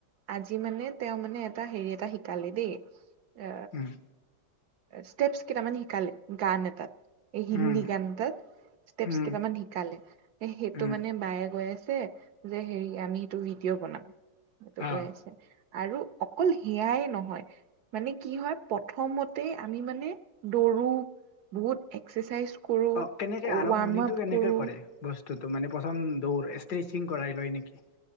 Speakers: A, on the right; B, on the left.
A: আজি মানে তেওঁ মানে এটা হেৰি এটা শিকালে দেই। এ
B: উম
A: ষ্টেপচ কেইটামান শিকালে গান এটাত। এই হিন্দী
B: উম
A: গান এতাত ষ্টেপচ
B: উম
A: কেইটামান শিকালে সেইটো
B: উম
A: মানে বায়ে গৈ আ। ছে যে হেৰি আমি সেইটো ভিডিঅ' বনাম সেইটো
B: অ
A: কৈ আছে। আৰু অকল হেয়াই নহয় মানে কি হয়। প্ৰথমত। তেই আমি মানে দৌৰো বহুত। এক্সাৰচাইজ কৰোঁ
B: অ কেনেকে আৰম্ভণিটো
A: ৱাৰ্ম আপ
B: কেনেকে
A: কৰোঁ।
B: কৰে মানে প্ৰথম দৌ ষ্ট্ৰেচিং কৰাই লয় নেকি।